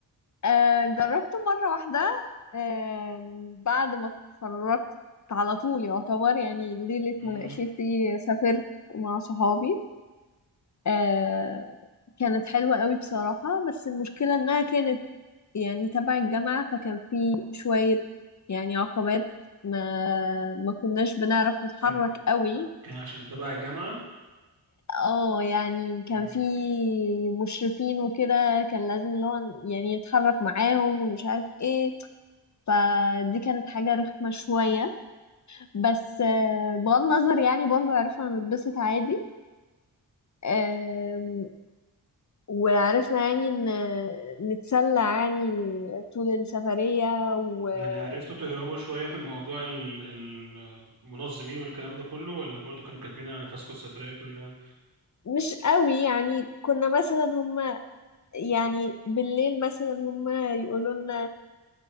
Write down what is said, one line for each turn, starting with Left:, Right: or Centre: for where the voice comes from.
Left: آه جربته مرة واحدة آه بعد ما اتخرجت على طول يعتبر يعني ليلة
Right: امم
Left: مناقشتي سافرت مع صحابي آه كانت حلوة قوي بصراحة بس المشكلة انها كانت يعني تبع الجامعة فكان في شوية يعني عقبات ما ما كناش بنعرف نتحرك
Right: كان
Left: قوي
Right: كان عشان تبع الجامعه
Left: اه يعني كان
Right: امم
Left: في مشرفين وكده كان لازم اللي هو يعني يتحرك معاهم ومش عارف ايه فدي كانت حاجة رخمة شوية بس آه، بغض النظر يعني برضو عرفنا نتبسط عادي آم، وعرفنا يعني ن- نتسلى يعني طول السفرية ويعني
Right: يعني عرفتوا تهربوا شويه من موضوع ال- ال- المنظمين والكلام ده كله ولا برضو كانوا كاتمين على نفسكم السفريه كلها
Left: مش قوي يعني كنا مثلا هما يعني بالليل مثلا هما يقولوا لنا